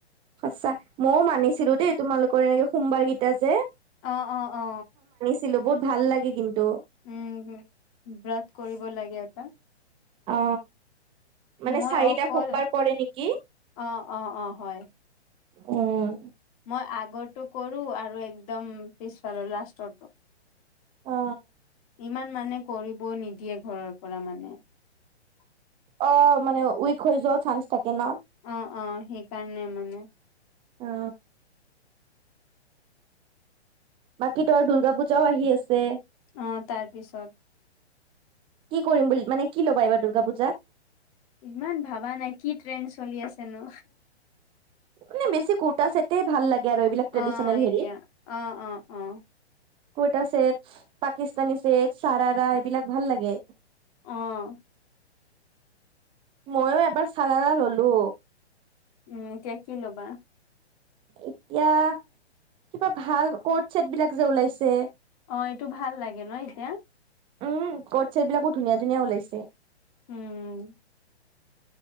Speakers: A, on the right; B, on the left.
A: হচ্ছা। ময়ও মানিছিলো দেই তোমালোকৰ এনেকে সোমবাৰ কেইটা যে।
B: অ অ অ।
A: ছিলো বহুত ভাল লাগে কিন্তু।
B: হম ব্ৰাত কৰিব লাগে এটা।
A: অ, মানে
B: মই
A: চাৰিটা
B: অকল
A: সোমবাৰ পৰে নেকি?
B: অ অ অ হয়
A: উম।
B: মই আগোৰটো কৰো আৰু একদম পিছফালৰ লাষ্টোৰটো।
A: অ।
B: ইমান মানে কৰিব নিদিয়ে, ঘৰৰ পৰা মানে।
A: অ মানে উইক হৈ যোৱাও চান্স থাকে ন।
B: অ অ, সেইকাৰণে মানে।
A: অ। বাকী ত দুৰ্গা পূজাও আহি আছে।
B: অ, তাৰ পিছত।
A: কি কৰিম বুলি মানে কি ল'বা এইবাৰ দুৰ্গা পূজাত?
B: ইমান ভাবা না কি ট্ৰেণ্ড চলি আছেনো।
A: মানে বেছি কুৰটা ছেটে ভাল লাগে। আৰু এইবিলাক ট্ৰেডিচনেল
B: অঁ
A: হেৰিত
B: এতিয়া অঁ অঁ অঁ।
A: কুৰ্তা ছেট পাকিস্তানী ছেট চাৰাৰা এইবিলাক ভাল লাগে।
B: অঁ।
A: মইয়ো এবাৰ চাৰাৰা ললো।
B: উম এতিয়া কি ল'বা?
A: এতিয়া কিবা ভাল কৰ্ট ছেট বিলাক যে ওলাইছে।
B: অঁ এইটো ভাল লাগে ন এতিয়া?
A: উম ক'ট ছেট বিলাকো ধুনীয়া ধুনীয়া ওলাইছে।
B: উম।